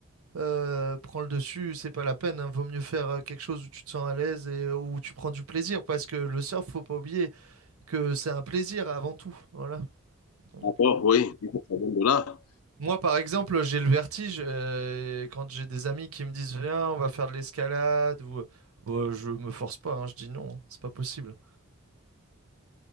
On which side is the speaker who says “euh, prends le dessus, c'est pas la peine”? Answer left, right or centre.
Right